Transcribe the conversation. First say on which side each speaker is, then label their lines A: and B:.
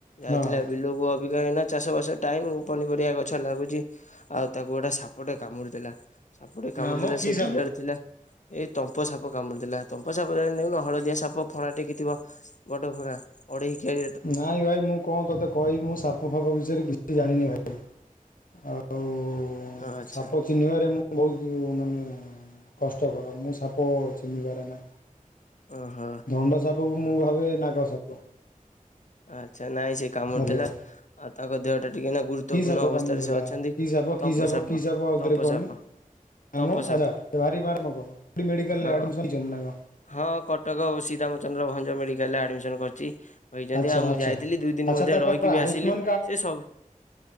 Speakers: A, on the left; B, on the left.
A: ଯାଇଥିଲା
B: ହଁ
A: ବିଲକୁ ଅବିକା ହେଇନା ଚାଷ ବାସ ଟାଇମ୍ ପନିପରିବା ଗଛ ଲାଗୁଛି ଆଉ ତାକୁ ଗୋଟେ ସାପଟେ କାମୁଡିଦେଲା ସାପଟେ କାମୁଡ଼ିଦେଲା
B: ନା ମ କି
A: ସେ
B: ସାପ
A: ବିଲରେ ଥିଲା ଏଇ ତମ୍ପ ସାପ କାମୁଡିଦେଲା ତମ୍ପ ସାପ ଦେଖୁନ ହଳଦିଆ ସାପ ଫଣା ଟେକି ଥିବ ବଡ ଫଣା ଅଢେଇ ଖେ
B: ନାଇଁ ଭାଇ ମୁଁ କଣ ତୋତେ କହିବି ମୁଁ ସାପ ଫାପ ବିଷୟରେ କିଛି ଜାଣିନି ଭାଇ ଆଉ
A: ଆଚ୍ଛା
B: ସାପ ଚିହ୍ନିବାରେ ମୁଁ ବହୁତ୍ ମାନେ କଷ୍ଟକର ମୁଁ ସାପ ଚିହ୍ନିିପାରେ ନା।
A: ଓ ହୋ।
B: ଧଣ୍ଡ ସାପକୁ ମୁଁ ଭାବେ ନାଗସାପ।
A: ଆଚ୍ଛା ନାଇଁ ସେ କାମୁଡି
B: ହ୍ୟାଲୋ
A: ଦେଲା ଆଉ ତାଙ୍କ ଦେହ ଟା ଟିକେ ନା ଗୁରୁତ୍ୱପୂର୍ଣ୍ଣ
B: କି ସାପ
A: ଅବସ୍ଥାରେ
B: କାମୁଡି ଦେଲା
A: ସେ ଅଛନ୍ତି।
B: କି ସାପ
A: ତମ୍ପ
B: କି ସାପ କି ସାପ ଆଉଥରେ
A: ତମ୍ପ
B: କହନି?
A: ସାପ
B: <unintelligible>
A: ତମ୍ପ ସାପ ହଁ। ହଁ କଟକ ଓ ଶ୍ରୀରାମଚନ୍ଦ୍ର ଭଞ୍ଜ ମେଡିକାଲ୍ ରେ ଆଡମିସନ୍ କରିଚି। କହିଛନ୍ତି
B: ଆଚ୍ଛା
A: ଆଉ ମୁଁ
B: ଆଚ୍ଛା
A: ଯାଇଥିଲି ଦୁଇ ଦିନ
B: ଆଚ୍ଛା
A: ମଧ୍ୟ
B: ତାଙ୍କର
A: ରହିକି ବି
B: ଆୟୁଷ୍ମାନ
A: ଆସିଲି ସେ ସବୁ